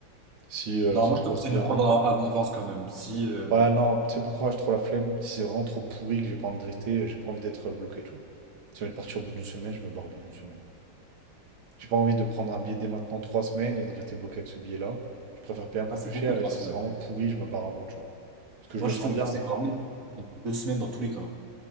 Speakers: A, on the right; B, on the right.
A: si euh,
B: Non,
A: ça
B: moi
A: se
B: je
A: passe
B: te conseille
A: bien.
B: de le prendre en en avance quand même. Si, euh,
A: Ouais, non, tu sais pourquoi j'ai trop la flemme? Si c'est vraiment trop pourri que j'ai pas envie de rester, euh, j'ai pas envie d'être euh, bloqué, tu vois. Si j'ai envie de partir au bout d'une semaine, je me barre au bout d'une semaine. J'ai pas envie de prendre un billet dès maintenant trois semaines et de rester bloqué avec ce billet-là. Je préfère payer un peu
B: Ah,
A: plus
B: c'est beaucoup
A: cher
B: trois
A: et si
B: semaines.
A: c'est vraiment
B: hein.
A: pourri, je me barre avant, tu vois. Parce que je
B: Moi
A: le
B: je
A: sens
B: te le
A: bien.
B: conseille vraiment deux semaines dans tous les cas.